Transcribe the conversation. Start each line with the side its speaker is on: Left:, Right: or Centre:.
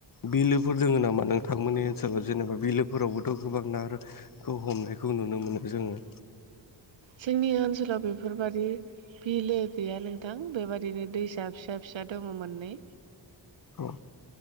Left: बिलोफोर दोङो नामा? नोंथांमोननि ओनसोलाव जेनेबा बिलोफोरावबोथ' गोबां ना खौ हमनायखौ नुनो मोनो जोङो।
Right: जोंनि ओनसोलाव बेफोरबादि बिलो गैया नोंथां बेबादिनो दैसा फिसा फिसा दङ मोननै
Left: औ।